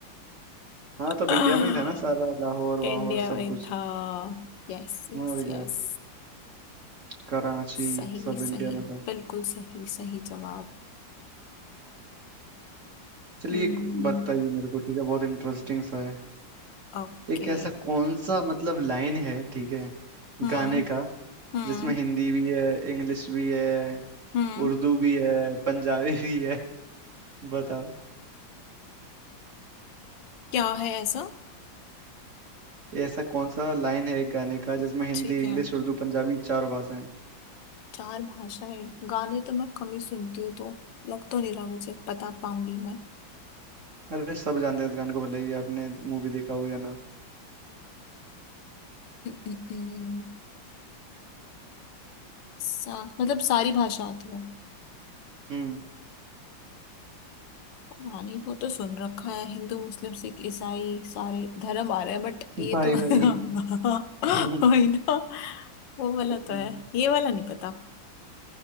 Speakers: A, on the right (about 45°); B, on the left (about 75°).
A: हाँ
B: <laughs>
A: तब इंडिया में ही था ना सारा लाहौर वाहौर
B: इंडिया
A: सब
B: में
A: कुछ
B: था Yes yes
A: और क्या
B: yes
A: कराची
B: सही
A: सब
B: सही
A: इंडिया में था
B: बिल्कुल सही सही जवाब
A: चलिए
B: हम्म
A: एक बताइए मेरे को ठीक है बहुत इंटरेस्टिंग सा है
B: ओके
A: एक ऐसा कौन सा मतलब लाइन है ठीक है
B: हम्म
A: गाने का
B: हम्म
A: जिसमें हिंदी भी है इंग्लिश भी है
B: हम्म
A: उर्दू भी है पंजाबी भी है <laughs> बताओ
B: क्या है ऐसा
A: ऐसा कौन सा लाइन है एक गाने का जिसमें हिंदी
B: ठीक
A: इंग्लिश
B: है
A: उर्दू पंजाबी चारों भाषाएं
B: चार भाषाएं गाने तो मैं कम ही सुनती हूँ तो लग तो नहीं रहा मुझे बता पाऊंगी
A: अरे सब जानते हैं इस गाने को भले ही आपने मूवी देखा हो या ना
B: मैं सा, मतलब सारी भाषा आती है
A: हम्म
B: पता नहीं वो तो सुन रखा है हिंदू मुस्लिम सिख ईसाई सारे धर्म आ रहे हैं बट ये
A: भाई
B: तो <laughs>
A: भाई <laughs>
B: वही ना वो वाला
A: हम्म,
B: तो है ये वाला नहीं पता